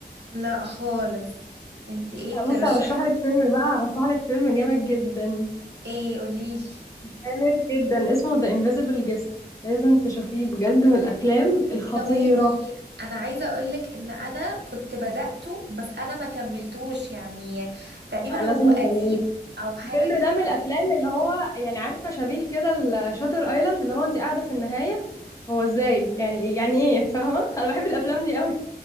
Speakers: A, on the right (about 85°); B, on the left (about 20°).
A: لا خالص انت ايه
B: لا
A: ترشحي
B: بصي هرشح لك فيلم بقى هرشح لك فيلم جامد جدا
A: ايه قوليلي
B: جامد جدا اسمه The Invisible Guest لازم تشوفيه بجد من الافلام الخطيرة
A: ثواني انا عايزه اقولك ان انا كنت بدأته بس انا ما كملتوش يعني تقريبا
B: لا
A: هو
B: لازم تتابعيه
A: قديم او حاجه
B: الفيلم
A: كده
B: ده من الافلام اللي هو يعني عارفه شبيه كده الشاتر ايلاند اللي هو انت قاعده في النهايه هو ازاي يعني يعني ايه فاهمه <laughs> انا بحب الافلام دي قوي